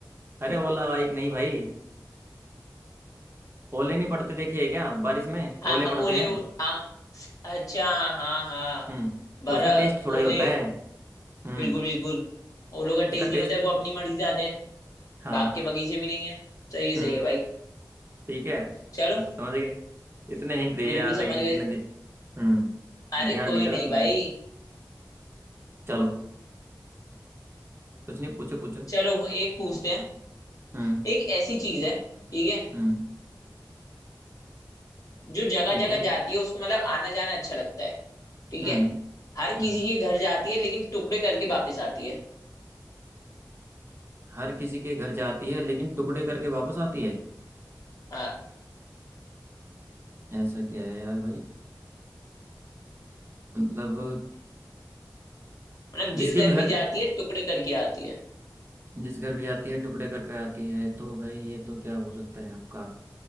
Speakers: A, on the right; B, on the left.
A: अरे ओला बाइक नहीं भाई ओले नहीं पड़ते देखिए क्या बारिश में
B: हाँ
A: ओले
B: हाँ
A: पड़ते
B: ओले
A: हैं
B: ओ... आ... अच्छा हाँ हाँ
A: हम्म
B: बरा
A: उसका टेस्ट थोड़ा ही
B: ओले
A: होता है हम्म
B: बिल्कुल बिल्कुल ओलो का
A: उसका
B: टेस्ट नहीं
A: टेस्ट
B: होता है वो अपनी मर्जी से आते हैं
A: हाँ
B: बाग के बगीचे भी नहीं है सही है
A: हम्म
B: सही है भाई
A: ठीक है
B: चलो
A: समझ गए इतने हिंट दिए
B: बिल्कुल
A: यार लेकिन
B: समझ गए
A: तुमने हम्म
B: अरे
A: ध्यान
B: कोई
A: नहीं करा
B: नहीं
A: तुमने
B: भाई
A: चलो कुछ नहीं पूछो पूछो
B: चलो एक पूछते हैं
A: हम्म
B: एक ऐसी चीज है ठीक है
A: हम्म
B: जो जगह
A: ठीक
B: जगह
A: है
B: जाती है उसको मतलब आना जाना अच्छा लगता है ठीक
A: हम्म
B: है हर
A: हम्म
B: किसी के घर जाती है लेकिन टुकड़े करके वापस आती है
A: हर किसी के घर जाती है लेकिन टुकड़े करके वापस आती है
B: हाँ
A: ऐसा क्या है यार भाई मतलब
B: मतलब जिस
A: जिसके
B: घर
A: भी घर
B: भी जाती है टुकड़े करके आती है
A: जिस घर भी जाती है टुकड़े करके आती है तो भाई ये तो क्या हो सकता है आपका